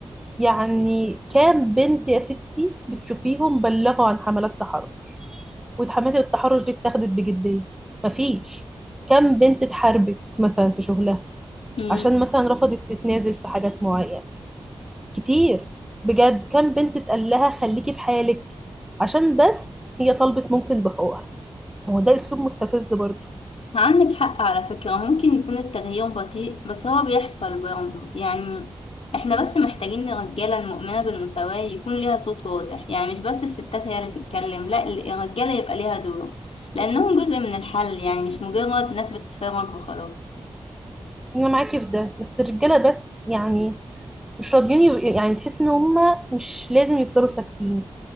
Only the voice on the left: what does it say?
امم
عندك حق على فكرة ممكن يكون التغيير بطيء بس هو بيحصل برضه يعني احنا بس محتاجين الرجالة المؤمنة بالمساواة يكون ليها صوت واضح يعني مش بس الستات هي اللي تتكلم لا ال- الرجالة يبقى ليها دور لأنهم جزء من الحل يعني مش مجرد ناس بتتفرج وخلاص